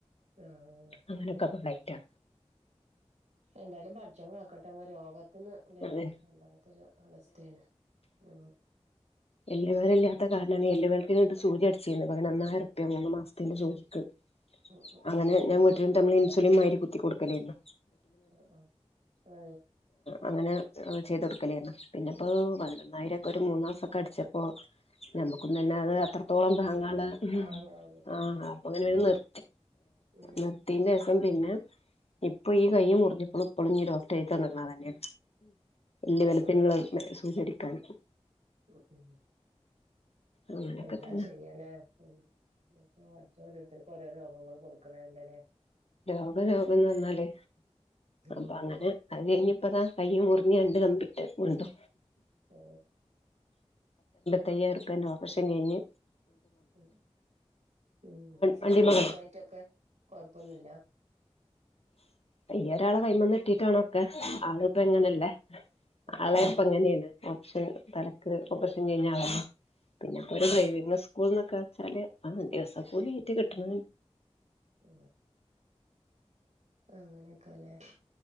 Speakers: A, on the right; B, on the left.
A: ആഹ്
B: അങ്ങനെയൊക്കെ പോള്ളായിട്ടാ
A: എന്തായാലും പഠിച്ചക്കട്ടെ പെട്ട രോഗത്തിന്ന് അല്ലേ
B: അതെ
A: വല്ലാത്തൊരു അവസ്ഥയാണ് ഉ
B: എല്ലവേല ഇല്ലാത്ത കാരണാണ് എല്ല പേർക്ക് സൂച അടിച്ചിരുന്നത് പതിനന്നായിരംപ്യ മൂന്ന മാസത്തിന്റെ സൂചികക്ക്
A: ഉം
B: അങ്ങനെ
A: ഉം
B: ഞാൻ വീട്ടിലും തമ്മൾ ഇൻസുലിൻ മാരി കുത്തി കൊടുക്കലേരുന്നു
A: ആ ആ ആഹ
B: അങ്ങനെ ചെയ്ത കൊടുക്കലയന്നു പിന്നെപ്പോ വതിനന്നായിരൊക്കെ ഒരു മൂന്നാസൊക്കെ അടിച്ചപ്പോൊ നമ്മുക്കന്ന്
A: ഏഹ് ഉം
B: തന്നെ അത് അത്രത്തോളം താങ്ങള്
A: താങ്ങാൻ പറ്റൂല
B: ആ അപ്പൊ അങ്ങനെ നിർ
A: ഉം ഉം
B: നത്തിന്റെ രസം പിന്നെ ഇപ്പൊ ഈ കയ്യും മുറിഞ്ഞപ്പോളും ഇപ്പളുംഞ്ഞ ഡോക്ടർ ക്ക തന്നെയാണ് വലിയ
A: ആഹ്
B: വലുപ്പും സൂചരിക്കാനും
A: ഉ ഉ
B: അങ്ങനെയൊക്കെ
A: എന്താ
B: തന്നെ
A: ചെയ്യനേ ഉപ്പ ഓരോരുത്തർക്ക് ഓരോ രോഗങ്ങൾ കൊടുക്കണല്ല അല്ലേ
B: രോഗ രോഗംന്ന് പറഞ്ഞാല്
A: ഉം
B: അപ്പൊ അങ്ങനെ അത് കഴിഞ്ഞ ഇപ്പതാ കൈ്യ മുറിഞ്ഞഞ് കണ്ട് കമ്പിട്ട് ഉണ്ടോ
A: ഓ
B: തയ്യാർക്ക അവശ്യ കഴിഞ്
A: ഉ ഉ ഉ സാമ്പത്തികമായിട്ടൊക്കെ
B: വണ്ടിമ്മകള്
A: കൊഴപ്പൊന്നുമില്ല
B: അയ്യ ഒരാളെ കൈമന്ന് കിട്ടിട്ടാണോ ആള ഇപ്പ
A: ഉം
B: എങ്ങനല്ലേ
A: ആഹ്
B: ആളെ ഇപ്പ എങ്ങനെയാണ് പക്ഷേ തലക്ക് ഓപ്പറേഷൻ കഴിഞ്ഞാല്ലേ പിന്നെ
A: ആഹ്
B: ഇപ്പോൊ ഒരു ഡ്രൈവിംഗ സ്കൂൾ എന്നൊക്കെ വെച്ചാല് ആ ദിവസപ്പല ആയിട്ട് കിട്ടണ
A: ആ അങ്ങനെയൊക്കെ അല്ലേ